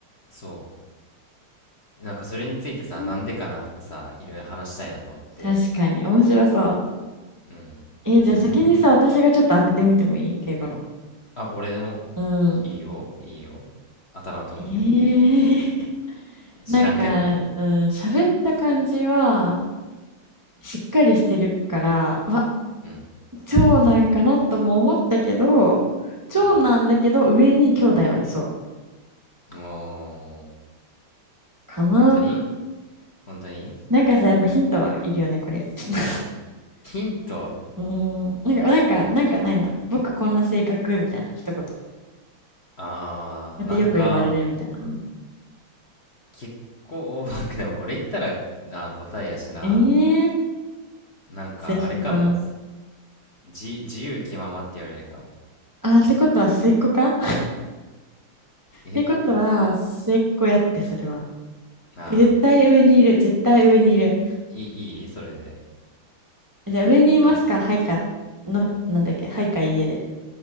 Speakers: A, on the left; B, on the right.
A: うそうなんかそれについてさなんでかなとかさいろいろ話したいなと思って
B: ね確かに、面白そう。
A: うん
B: えーじゃあ先にさ、私がちょっと当ててみてもいい敬語の。
A: あ、俺でも、
B: うん。
A: いいよ、いいよ。当たらんと思うけど。
B: えー、<laughs>
A: 知らんけどね。
B: なんか、うん、喋った感じは、しっかりしてるから、うわ、
A: うん、
B: 長男かなとも思ったけど、長男だけど、
A: うん。
B: 上に兄弟はいそう。
A: お
B: かな。
A: ー、本当に本当に
B: なんかさ、やっぱヒントいるよね、これ。<laughs> ちょっと
A: ヒント
B: <laughs> うーん。なんか、なんか、なんかないな。
A: ヒント
B: 僕こんな性格みたいな、一言。こ
A: あー、
B: うやってよく言われるみたいな。
A: なんか、
B: うん、
A: 結構、<laughs> でもこれ言ったらな、答えやしな。
B: ええー、
A: なんか、
B: じゃあヒントなし。
A: あれかも。じ、自由気ままって言われるかも。
B: あー、ってことは末っ子か <laughs> っ
A: え
B: てことは末っ子やって、それは。
A: あ
B: 絶対上にいる、絶対上にいる。
A: ー、いい、いいそれで。
B: じゃあ上にいますかはいか、
A: なんか、
B: の、なんだっけはいか家で。